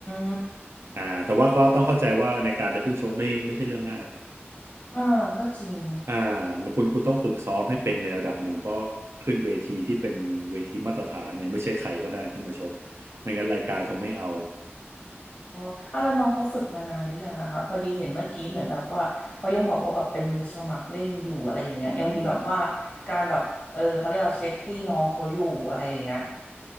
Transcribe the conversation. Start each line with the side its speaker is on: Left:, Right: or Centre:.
Left: ม
Right: อ่าแต่ว่าก็ต้องเข้าใจว่าในการจะขึ้นชกไม่ไม่ใช่เรื่องง่าย
Left: อ่าก็จริง
Right: อ่าคุณคุณต้องฝึกซ้อมให้เป็นในระดับหนึ่งเพราะขึ้นเวทีที่เป็นเวทีมาตรฐานเนี่ยไม่ใช่ใครก็ได้ขึ้นมาชกไม่งั้นรายการเขาไม่เอา
Left: อ๋ออ่ะแล้วน้องเขาฝึกมานานหรือยังอะคะพอดีเห็นเมื่อกี้เหมือนแบบว่าเขายังบอกว่าแบบเป็นมือสมัครเล่นอยู่อะไรอย่างเงี้ยยังมีแบบว่า
Right: อืม
Left: การแบบเออเขาเรียกว่าเซฟตี้น้องเขาอยู่อะไรอย่างเงี้ย